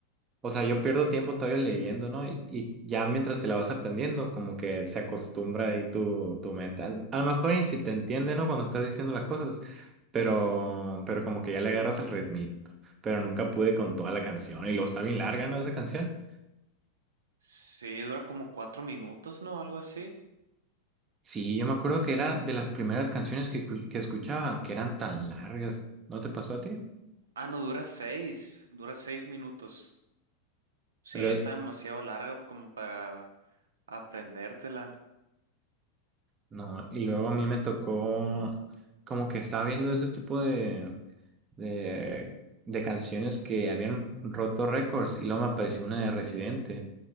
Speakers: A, on the right; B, on the right.
A: o sea, yo pierdo tiempo todavía leyendo, ¿no? Y, y ya mientras te la vas aprendiendo, como que se acostumbra ahí tu, tu mente. A, a lo mejor y si te entiende, ¿no? Cuando estás diciendo las cosas, pero, pero como que ya le agarras el ritmito. Pero nunca pude con toda la canción. Y luego está bien larga, ¿no? Esa canción.
B: Sí, dura como cuatro minutos, ¿no? Algo así.
A: Sí, yo me acuerdo que era de las primeras canciones que, escu- que escuchaba, que eran tan largas. ¿No te pasó a ti?
B: Ah, no, dura seis. Dura seis minutos. Sí,
A: Pero
B: está demasiado larga po- como para aprendértela.
A: no, y luego a mí me tocó como que estaba viendo ese tipo de... de, de canciones que habían roto récords y luego me apareció una de Residente,